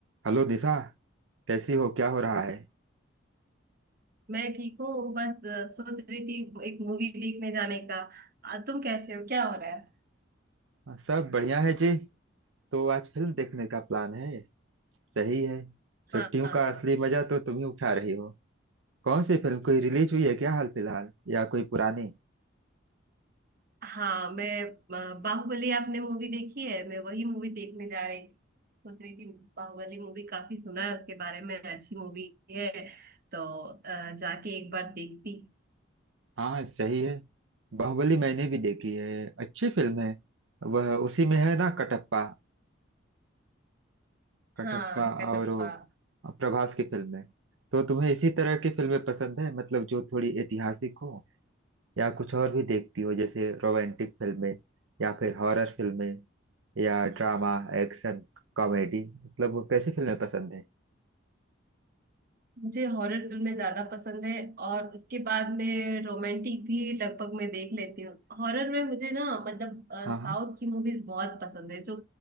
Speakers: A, on the right; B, on the right.
A: हेलो निशा कैसी हो क्या हो रहा है
B: मैं ठीक हूँ बस अ, सोच रही थी एक मूवी देखने जाने का अ, तुम कैसे हो क्या हो रहा है
A: हाँ, सब बढ़िया है जी तो आज फिल्म देखने का प्लान है सही है छुट्टियों
B: हाँ हाँ
A: का असली मजा तो तुम ही उठा रही हो कौन सी फिल्म कोई रिलीज हुई है क्या हाल फिलहाल या कोई पुरानी
B: हाँ, मैं अ, बाहुबली आपने मूवी देखी है मैं वही मूवी देखने जा रही थी। सोच रही थी बाहुबली मूवी काफी सुना है उसके बारे में अच्छी मूवी है तो अ, जाके एक बार देखती
A: हाँ सही है बाहुबली मैंने भी देखी है अच्छी फिल्म है वह उसी में है ना कटप्पा कटप्पा
B: हाँ कटप्पा
A: और वो प्रभास की फिल्म है तो तुम्हें इसी तरह की फिल्में पसंद है मतलब जो थोड़ी ऐतिहासिक हो या कुछ और भी देखती हो जैसे रोमांटिक फिल्में या फिर हॉरर फिल्में या ड्रामा एक्शन कॉमेडी मतलब वो कैसी फिल्में पसंद है
B: मुझे हॉरर फिल्में ज्यादा पसंद है और उसके बाद में रोमांटिक भी लगभग मैं देख लेती हूँ हॉरर में मुझे ना मतलब
A: हाँ हाँ
B: साउथ की मूवीज बहुत पसंद है जो